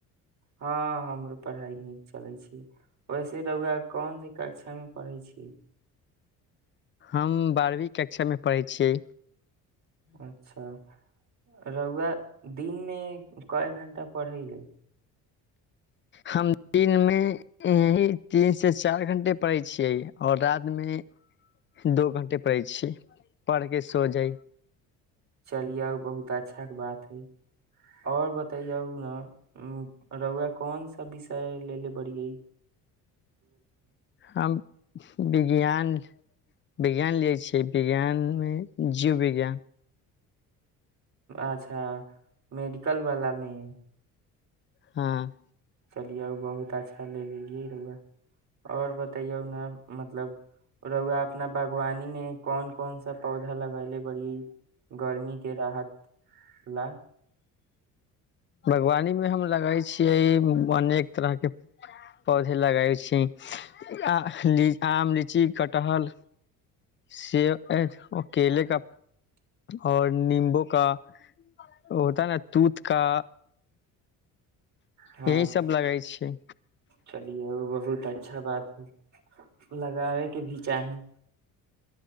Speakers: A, on the right; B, on the left.
A: हँ हमरो पढ़ाइ नीक चलै छै वैसे रहुआ कोनस कक्षामे पढ़ै छी
B: हम बारहवीं कक्षा मे पढ़ै छियै
A: अच्छा रहुुआ दिन मे कय घं्टा पढ़ै ले
B: हम दिन मे यही तीन से चार घंटे पढ़ै छियै और रात मे दो घं्टे पढ़ै छीयै पढ़ के सो जाइ
A: चलियौ बहुत अच्छाके बात हइ आओर बतैयौ ने रहुुआ कोन सा विषय लै लए बड़ियै
B: हम विज्ञान विज्ञान लै छिय विज्ञान मे जीव विज्ञान
A: अच्छा मेडिकल वाला मे
B: हाँ
A: चलियौ बहुत अच्छा ले लेलियै रुआ और बतैयऔ ने मतलब रौुआ अपना बागवानी में कोन कोन सा पौधा पोघा लगले बड़ी गर्मी के राहत ला
B: बगवानी मे हम लगै छियै अनेक तरह के पौधे लगै छी आ आम लीची कटहल सेव केले का और नीम्बू का होता न तुथ का
A: हाँ
B: यही सब लगै छियै
A: चलिए बहुत अच्छा बात है लगाबे के भी चाही